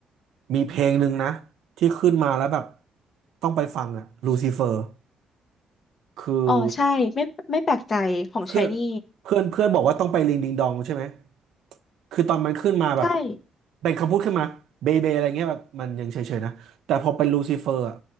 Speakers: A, on the right; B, on the left.
A: มีเพลงหนึ่งนะที่ขึ้นมาแล้วแบบต้องไปฟังอะลูซิเฟอร์คือ
B: อ๋อใช่ไม่ไม่แปลกใจของชายนี่
A: เพื่อนเพื่อนเพื่อนบอกว่าต้องไปลิงดิงดองใช่ไหมคือตอนมันขึ้นมาแบบ
B: ใช่
A: เป็นคำพูดขึ้นมาเบเบอะไรเงี้ยแบบมันยังเฉยๆนะ แต่พอเป็นลูซิเฟอร์อะ